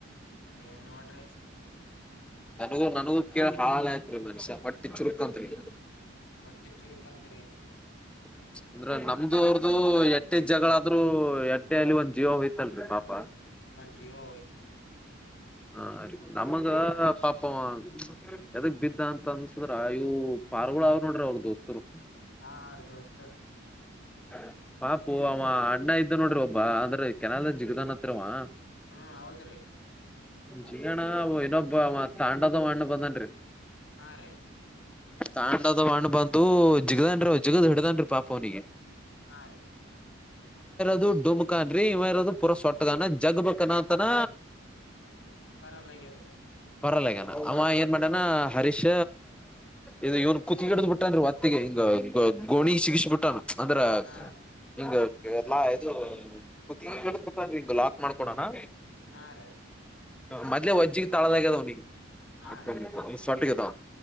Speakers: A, on the left (about 75°); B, in the centre.
A: ಏನ್ ನೋಡ್ರಿ.
B: ನನಗೂ ನನಗೂ ಕೇಳ ಹಳಾಳ ಆಯತ್ರಿ ಮನುಷ್ಯ ಹೊಟ್ಟಿ ಚುರುಕಂತ್ರಿ.
A: ಹೊಟ್ಟಿ ಚುರುಕಂತರಿ.
B: ಪ್ಚ್ ಅಂದ್ರ ನಮ್ಮದು ಅವ್ರದು ಎಟ್ಟೆ ಜಗಳಾದ್ರರು ಎಟ್ಟೆ ಅಲ್ಲಿ ಒಂದ್ ಜೀವ ಹೋಯ್ತ ಗತಲ್ಲರಿ ಪಾಪ
A: ಜೀವಾ ಹೋಯ್ತ
B: ಹಾ ರಿ ನಮಗ ಪಾಪ ಹು ಪ್ಚ್ ಎದಕ್ ಬಿದ್ದ ಅಂತ ಅನ್ಸಿದ್ರ ಇವು ಪಾರಿವಳಾ ಅವ್ರರು ನೋಡ್ರಿ ಅವರು ದೋಸ್ತರುವು
A: ಹಾ ರಿ ದೋಸ್ತ
B: ಟಕ್ ಪಾಪು ಅವ ಅಣ್ಣಾ ಇದ್ದ ನೋಡ್ರಿ ಒಬ್ಬ ಅಂದ್ರೆ ಕೆನಾಲದಾಗ ಜಿಗದಾನತ್ರಿ ಅವಾ
A: ಹಾ ಹೌದರಿ
B: ಜಿಗಣ ಇನೋಬ್ಬವಾ ತಾಂಡದವ ಅಣ್ಣ ಬಂದಾನಡ್ರಿ
A: ಹಾ ರೀ
B: ತಾಂಡಾದವ ಅಣ್ಣ ಬಂದು ಜಿಗದಾನಡ್ರಿ ಅವ ಜಿಗದ ಹಿಡದಾನಡ್ರಿ ಪಾಪ ಅವನಿಗೆ
A: ಹಾ ರಿ
B: ಇದು ಡುಮಕಾಂಡ್ರಿ ಇವ ಇರೋದು ಪೂರ ಸೊಟ್ಟದಾನ ಜಗ್ಬೇಬೇಕ ಅನ್ನಾಕತ್ತಾನ
A: ಹು ಬರಲ್ಲಗ್ಯದ್ರಿ
B: ಬರಲ್ಲ ಅಗಾನ ಅವ ಏನ್ ಮಾಡ್ಯಾನ ಹರೀಶ್ ಇದು ಇವನ್ ಕೂತಗಿ ಬಿಟ್ಟ ಬಿಟ್ಟನಡ್ರಿ ಓತ್ತಿಗೆ ಹಿಂಗ ಗೋಣಿ ಸಿಗಸಿ ಬಿಟ್ಟಾನ ಅಂದ್ರ
A: ಹಾ
B: ಇಗ ಕೇರಳಾ ಇದು ಕುತ್ತಗಿಗೆ ಹಿಡದ ಬಿದ್ದಾರಿ ಮಾಡ್ಕೊಡಾನಾ
A: ಹಾ ರೀ
B: ಮೊದ್ಲೇ ಒಜ್ಜಿಗೆ ತೆಳದಾಗ್ಯದ ಅವನಿಗೆ
A: ಹಾ
B: ಹೊಕ್ಕೇನಿ
A: ರೀ
B: ಸಣ್ಣಗಿದ್ದಾವ